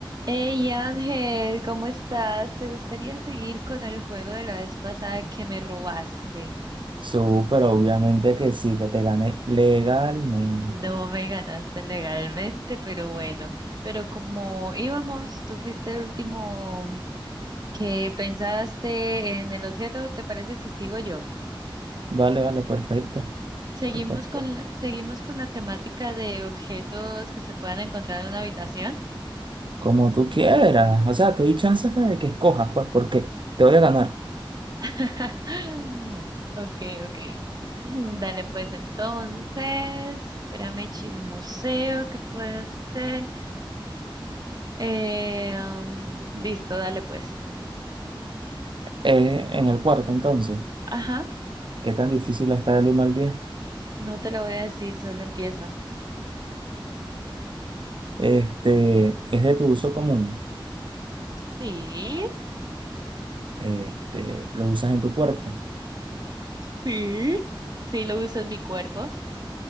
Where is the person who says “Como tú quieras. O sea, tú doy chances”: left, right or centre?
Right